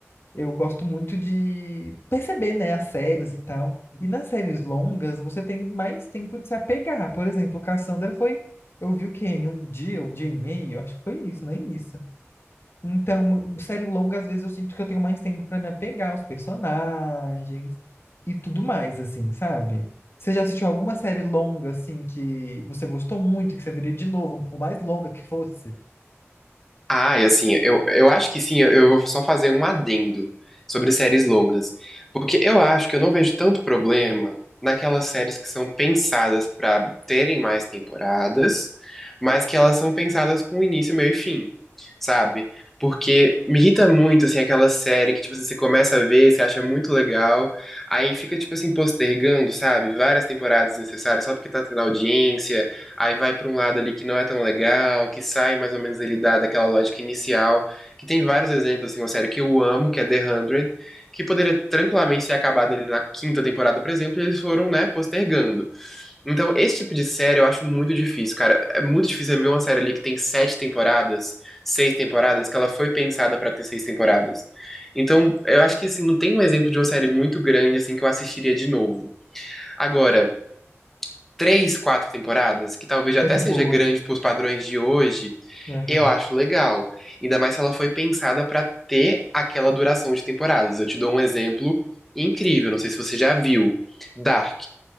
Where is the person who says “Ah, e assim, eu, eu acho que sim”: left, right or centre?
Centre